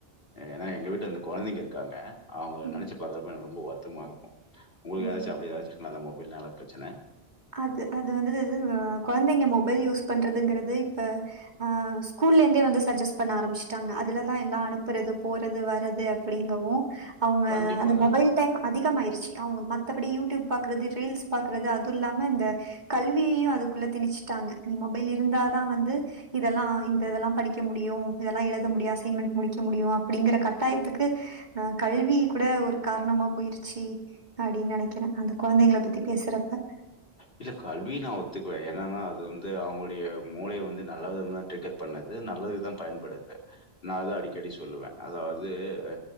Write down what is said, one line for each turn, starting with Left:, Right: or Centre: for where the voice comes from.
Left: ஏன்னா எங்க வீட்டுல ரெண்டு கொழந்தைங்க இருக்காங்க அவங்க
Right: ம்
Left: நினைச்சு பாக்குறப்ப எனக்கு ரொம்ப வருத்தமா இருக்கும் உங்களுக்கு ஏதாச்சு
Right: ம்.
Left: அப்டி ஏதாச்சு இருக்கனால மொபைல்னால பிரச்சன
Right: அது அது வந்து ஆ கொழந்தைங்க மொபைல் யூஸ் பண்றதுங்கறது இப்ப ஆ ஸ்கூல்ல இருந்தே வந்து சஜஸ்ட் பண்ண ஆரம்பிச்சுட்டாங்க அதுலதா எல்லா அனுப்புறது போறது வர்றது அப்படிங்கவும் அவங்க
Left: கண்டிப்பாங்க.
Right: அந்த மொபைல் டைம் அதிகமாயிடுச்சு அவங்க மத்தபடி யூடியூப் பாக்குறது ரீல்ஸ் பாக்றது அது இல்லாம இந்த கல்வியையு அதுக்குள்ள திணச்சுட்டாங்க நீ மொபைல் இருந்தாதா வந்து இதெல்லா இந்த இதெல்லா படிக்க முடியும் இதெல்லா எழுத முடியும் அசைன்மெண்டட் முடிக்க முடியும் அப்படிங்கற கட்டாயத்துக்கு ஆ கல்வி கூட ஒரு காரணமா போயிருச்சு அப்படின்னு நினைக்கிறே அந்த கொழந்தைங்கள பத்தி பேசுறப்ப
Left: இல்ல கல்விய நா ஒத்துக்குவே என்னன்னா அது வந்து அவங்களுடைய மூளைய வந்து நல்ல விதந்தா டேக்கேர் பண்ணுது நல்லதுக்கு தா பயன்படுது நா அதுதா அடிக்கடி சொல்லுவே அதாவது ஆ